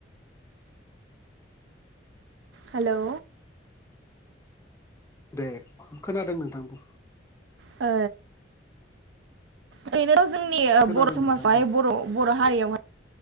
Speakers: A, on the right; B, on the left.
A: हेलौ
B: दे खोनादों नोंथां बुं
A: ओ ओरैनोथ‌' जोंनि ओ
B: खोनादों
A: बर' समाजावहाय
B: नोंथां बुं
A: ओ बर' बर' हारियावहाय